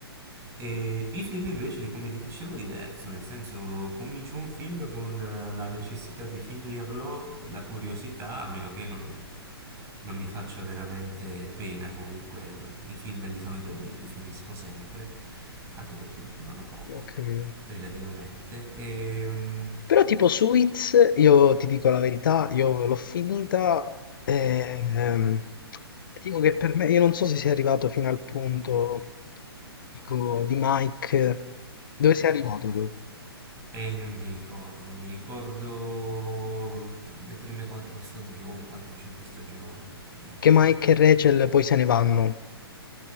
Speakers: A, on the right; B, on the left.
A: E i film invece, di- come ti dicevo, diverso, nel senso comincio un film con eh, la necessità di finirlo, la curiosità, a meno che non, non mi faccia veramente pena, comunque l- i film di solito li, li finisco sempre, anche perché durano poco,
B: ho capito.
A: relativamente. E, mm,
B: Però tipo Suits, io ti dico la verità, io l'ho finita e ehm, dico che per me, io non so se sei arrivato fino al punto, dico, di Mike, dove sei arrivato tu?
A: e non mi ricordo, mi ricordo le prime quattro stagioni, 4-5 stagioni. e
B: Che Mike e Rachel poi se ne vanno.